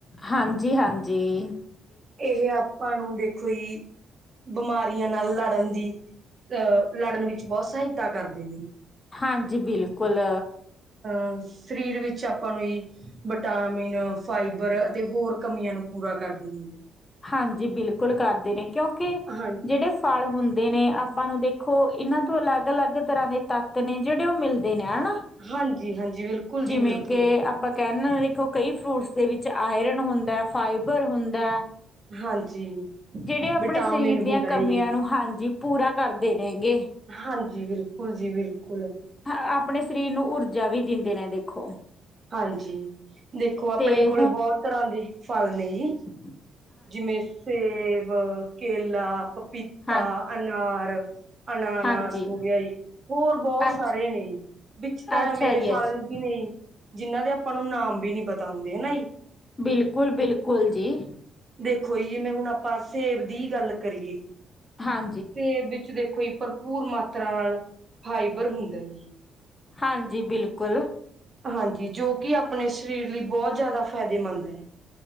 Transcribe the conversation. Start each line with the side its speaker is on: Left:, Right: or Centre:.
Left: ਹਾਂਜੀ- ਹਾਂਜੀ।
Right: ਇਹ ਆਪਾਂ ਨੂੰ ਦੇਖੋ ਜੀ ਬਿਮਾਰੀਆਂ ਨਾਲ ਲੜਨ ਦੀ ਅਹ ਲੜਨ ਵਿੱਚ ਬਹੁਤ ਸਹਾਇਤਾ ਕਰਦੇ ਨੇ।
Left: ਹਾਂਜੀ ਬਿਲਕੁਲ।
Right: ਅਹ ਸਰੀਰ ਵਿੱਚ ਆਪਾਂ ਨੂੰ ਹੀ ਵਿਟਾਮਿਨ, ਫਾਈਬਰ ਅਤੇ ਹੋਰ ਕਮੀਆਂ ਨੂੰ ਪੂਰਾ ਕਰਦੇ ਨੇ।
Left: ਹਾਂਜੀ ਬਿਲਕੁਲ ਕਰਦੇ ਨੇ, ਕਿਉਂਕਿ
Right: ਹਾਂ
Left: ਜਿਹੜੇ ਫਲ ਹੁੰਦੇ ਨੇ ਆਪਾਂ ਨੂੰ ਦੇਖੋ ਇਹਨਾਂ ਤੋਂ ਅਲੱਗ- ਅਲੱਗ ਤਰ੍ਹਾਂ ਦੇ ਤੱਤ ਨੇ ਜਿਹੜੇ ਉਹ ਮਿਲਦੇ ਨੇ ਹਨਾ।
Right: ਹਾਂਜੀ- ਹਾਂਜੀ, ਬਿਲਕੁਲ ਜੀ
Left: ਜਿਵੇਂ
Right: ਬਿਲਕੁਲ।
Left: ਕਿ ਆਪਾਂ ਕਹਿਨ ਦੇਖੋ ਕਈ ਫਰੂਟਸ ਦੇ ਵਿੱਚ ਆਇਰਨ ਹੁੰਦਾ, ਫਾਈਬਰ ਹੁੰਦਾ।
Right: ਹਾਂਜੀ।
Left: ਜਿਹੜੇ ਆਪਣੇ
Right: ਵਿਟਾਮਿਨ
Left: ਸਰੀਰ ਦੀਆਂ
Right: ਹੁੰਦਾ
Left: ਕਮੀਆਂ
Right: ਜੀ
Left: ਨੂੰ ਹਾਂਜੀ ਪੂਰਾ ਕਰਦੇ ਰਹਿਗੇ।
Right: ਹਾਂਜੀ, ਬਿਲਕੁਲ ਜੀ ਬਿਲਕੁਲ।
Left: ਹ ਆਪਣੇ ਸਰੀਰ ਨੂੰ ਊਰਜਾ ਵੀ ਦਿੰਦੇ ਨੇ ਦੇਖੋ।
Right: ਹਾਂਜੀ। ਦੇਖੋ ਆਪਣੇ
Left: ਤੇ
Right: ਕੋਲੇ ਬਹੁਤ ਤਰ੍ਹਾਂ ਦੇ ਫਲ ਨੇ ਜੀ।
Left: ਹ <inaudible>
Right: ਜਿਵੇਂ ਸੇਬ, ਕੇਲਾ, ਪਪੀਤਾ,
Left: ਹਾਂ
Right: ਅਨਾਰ ਅਨਾਨਾਸ
Left: ਹਾਂਜੀ
Right: ਹੋ ਗਿਆ ਜੀ, ਹੋਰ ਬਹੁਤ
Left: ਅੱਛ
Right: ਸਾਰੇ ਨੇ ਜੀ, ਵਿੱਚ ਤਾਂ
Left: ਅੱਛਾ
Right: ਐਵੇਂ ਦੇ
Left: ਜੀ
Right: ਫਲ
Left: ਅੱਛਾ
Right: ਵੀ ਨਹੀਂ। ਜਿੰਨਾਂ ਦੇ ਆਪਾਂ ਨੂੰ ਨਾਮ ਵੀ ਨਹੀਂ ਪਤਾ ਹੁੰਦੇ ਹਨਾ ਜੀ।
Left: ਬਿਲਕੁਲ- ਬਿਲਕੁਲ ਜੀ।
Right: ਦੇਖੋ ਜੀ ਜਿਵੇਂ ਹੁਣ ਆਪਾਂ ਸੇਬ ਦੀ ਗੱਲ ਕਰੀਏ।
Left: ਹਾਂ।
Right: ਸੇਬ ਵਿੱਚ ਦੇਖੋ ਜੀ ਭਰਪੂਰ ਮਾਤਰਾ ਨਾਲ ਫਾਈਬਰ ਹੁੰਦਾ ਜੀ।
Left: ਹਾਂਜੀ ਬਿਲਕੁਲ।
Right: ਹਾਂਜੀ, ਜੋ ਕਿ ਆਪਣੇ ਸਰੀਰ ਲਈ ਬਹੁਤ ਜ਼ਿਆਦਾ ਫਾਇਦੇਮੰਦ ਹੈ।